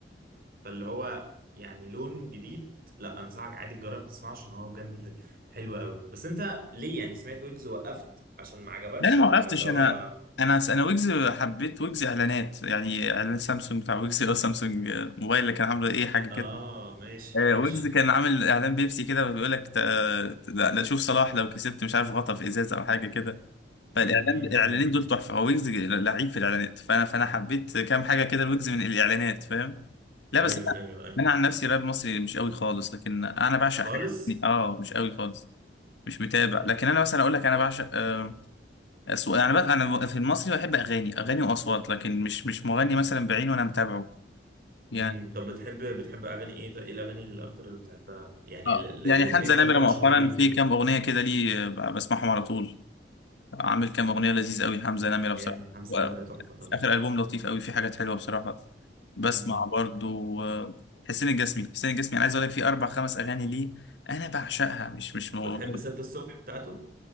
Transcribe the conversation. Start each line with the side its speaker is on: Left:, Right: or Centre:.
Right: فاللي هو يعني لون جديد لا انصحك عادي تجرب تسمعه عشان هو بجد حلو قوي بس انت ليه يعني سمعت ويجز وقفت عشان ما عجبكش
Left: لا انا ما
Right: ولا
Left: وقفتش
Right: اللي هو
Left: انا انا انا ويجز حبيت ويجز اعلانات يعني اعلان سامسونج بتاع ويجز اللي هو سامسونج موبايل اللي كان عامله ايه حاجه
Right: اه
Left: كده
Right: ماشي
Left: آه،
Right: ماشي
Left: ويجز كان عامل اعلان بيبسي كده بيقول لك تا- تا- لا شوف صلاح لو كسبت مش عارف غطا في ازازه او حاجه كده فالاعلان
Right: امم امم
Left: الاعلانين
Right: أمم.
Left: دول تحفه هو ويجز لعيب في الاعلانات فانا فانا حبيت كام حاجه كده لويجز من الاعلانات فاهم لا
Right: ايوه
Left: بس انا
Right: ايوه ايوه
Left: انا عن نفسي راب مصري مش قوي خالص لكن انا بعشق
Right: خالص
Left: حاجه يعني، اه مش قوي خالص مش متابع لكن انا مثلا اقول لك انا بعشق آه، اصوات يعني بقى انا في المصري بحب اغاني اغاني واصوات لكن مش مش مغني مثلا بعينه وانا متابعه يعني
Right: امم طب بتحب بتحب اغاني ايه طيب ايه الاغاني اللي اكتر اللي بتحبها يعني
Left: اه
Right: ال- ال-
Left: يعني
Right: الاتنين
Left: حمزة
Right: تلاتة
Left: نمرة مؤخرا
Right: مشهورين
Left: في
Right: كده
Left: كام أغنية كده ليه آه، بسمعهم على طول عامل كام أغنية لذيذ قوي حمزة نمرة بصراحة
Right: جامد حمزة
Left: وفي
Right: نمرة تحفة طبعا
Left: آخر ألبوم لطيف قوي في حاجات حلوة بصراحة بسمع
Right: امم
Left: برضو آه، حسين الجسمي حسين الجسمي أنا عايز أقول لك في أربع خمس أغاني ليه أنا بعشقها مش مش مغرب.
Right: بتحب ستة الصبح بتاعته